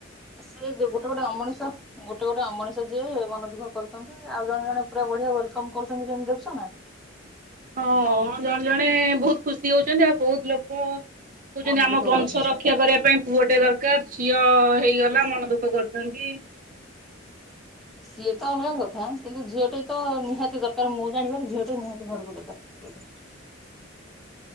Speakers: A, in the centre; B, on the right (about 45°).
A: ସେ ଦେ ଗୋଟେ ଗୋଟେ ଅମଣିଷ ଗୋଟେ ଗୋଟେ ଅମଣିଷ ଯିଏ ମନ ଦୁଃଖ କରୁଚନ୍ତି ଆଉ ଜଣେ ଜଣେ ପୁରା ବଢିଆ ୱେଲକମ୍ କରୁଚନ୍ତି କେମିତି ଦେଖୁଚ ନା।
B: ହଁ ଜଣେ ଜଣେ ବୋହୁତ ଖୁସି ହୋଉଚନ୍ତି ଆଉ ବୋହୁତ ଲୋକ କୋହୁଚନ୍ତି
A: ମନ
B: ଆମ
A: ଦୁଃଖ
B: ବଂଶ
A: କରୁଛନ୍ତି।
B: ରକ୍ଷା କରିବା ପାଇଁ ପୁଅଟେ ଦରକାର ଝିଅ ହେଇଗଲା ମନ ଦୁଃଖ କରୁଛନ୍ତି।
A: ସିଏ ତ ଅଲଗା କଥା କିନ୍ତୁ ଝିଅଟେ ତ ନିହାତି ଦରକାର ମୁଁ ଜାଣିବାରେ ଝିଅଟେ ନିହାତି ଘରକୁ ଦରକାର। ଯୋଉଠି